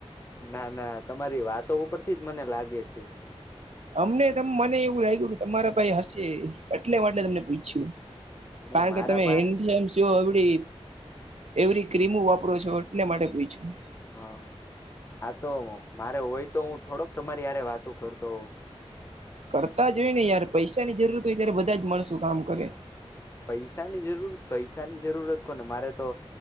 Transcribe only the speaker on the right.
અમને ત મને એવું લાગ્યું કે તમારા ભાઈ હશે એટલે માટે મેં તમને પૂછ્યું
કારણ
કે તમે હિન્ટ જો એવડી એવડી ક્રીમો વાપરો છો એટલે માટે પૂછ્યું
કરતા જ હોય ને યાર પૈસા ની જરૂરત હોય ત્યારે બધા જ મળશું કામ કરે